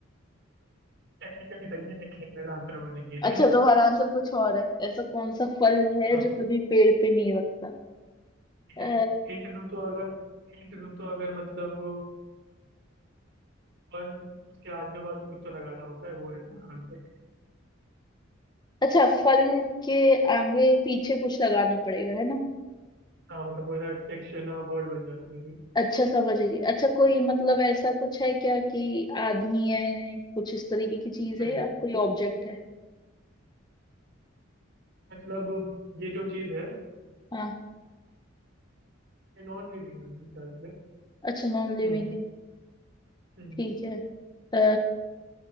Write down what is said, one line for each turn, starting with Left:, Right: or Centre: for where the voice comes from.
Right: टेक्निकली सही है लेकिन मेरा आंसर वो नहीं है
Left: अच्छा
Right: <laughs>
Left: तुम्हारा आंसर कुछ और है ऐसा कौन सा फल
Right: हाँ,
Left: है जो कभी पेड़ पे नहीं लगता
Right: ठीक
Left: अ,
Right: है हिंट दूँ तो अगर हिंट दूँ तो अगर मतलब वो फल उसके आजू बाजू कुछ तो लगाना होता है वो है तुम्हारा आंसर
Left: अच्छा फल के आगे पीछे कुछ लगाना पड़ेगा है ना
Right: हाँ मतलब वो ऐसा एक शेना वर्ड बन जाता है फिर।
Left: अच्छा समझ गई अच्छा कोई मतलब ऐसा कुछ है क्या कि आदमी है कुछ इस तरीके की चीज
Right: नहीं
Left: है या कोई ऑब्जेक्ट है
Right: मतलब ये जो चीज़ है
Left: हाँ
Right: ये नॉन लिविंग है मेरे ख्याल से
Left: अच्छा नॉन लिविंग
Right: हम्म
Left: है
Right: हम्म,
Left: ठीक है अ,